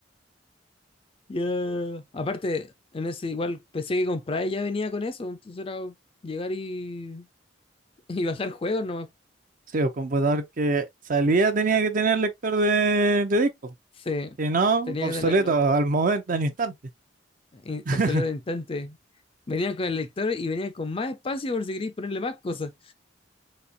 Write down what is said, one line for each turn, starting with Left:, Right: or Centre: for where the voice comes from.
Left: ya. Aparte, en ese igual pensé que compraba ya venía con eso, entonces era llegar y, <laughs> y bajar juegos nomás.
Right: Sí, el computador que salía tenía que tener lector de, de disco.
Left: Sí,
Right: Si no,
Left: tenía
Right: obsoleto
Left: que tenerlo.
Right: al momento, al instante.
Left: Y-
Right: <laughs>
Left: Obsoleto de instante. Venían con el lector y venían con más espacio por si queréis ponerle más cosas.